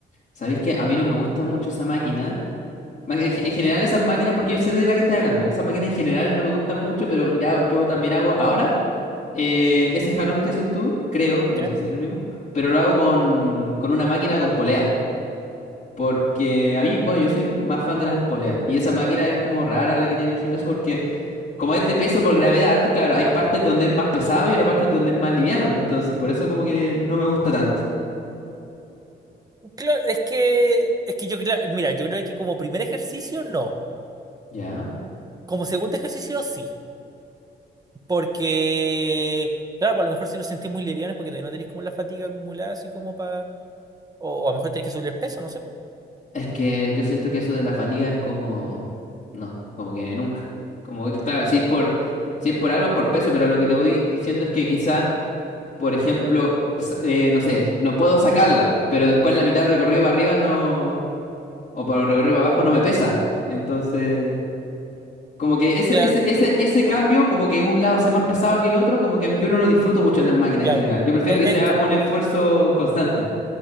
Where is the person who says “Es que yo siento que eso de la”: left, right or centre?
Left